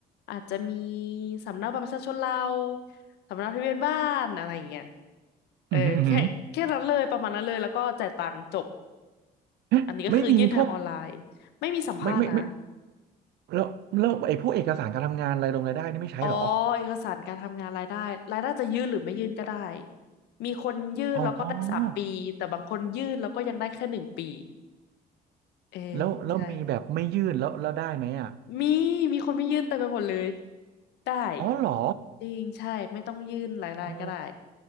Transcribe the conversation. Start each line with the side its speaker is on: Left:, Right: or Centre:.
Left: อาจจะมีสำเนาบัตรประชาชนเราสำเนาทะเบียนบ้านอะไรอย่างเงี้ยเออแค่แค่นั้นเลยประมาณนั้นเลยแล้วก็จ่ายตังค์จบ
Right: อืมอหืมออื้อหือเอ๊ะไม่มีพวก
Left: อันนี้ก็คือยื่นทางออนไลน์ไม่มีสัมภาษณ์นะ
Right: ไม่ไม่ไม่แล้วแล้วไอ้พวกเอกสารการทำงานรายลงรายได้นี่ไม่ใช้เหรอ
Left: อ๋อเอกสารการทำงานรายได้รายได้จะยื่นหรือไม่ยื่นก็ได้มีคนยื่นแล้วก็ได้สามปีแต่บางคนยื่นแล้วก็ยังได้แค่หนึ่งปี
Right: อ๋อ
Left: เออ
Right: แล้วแล้วมีแบบไม่ยื่นแล้วแล้วได้ไหมอ่ะ
Left: ใช่มีมีคนไม่ยื่นเต็มไปหมดเลยได้
Right: อ๋อเหรอ
Left: จริงใช่ไม่ต้องยื่นหายรายได้ก็ได้
Right: อ๋อ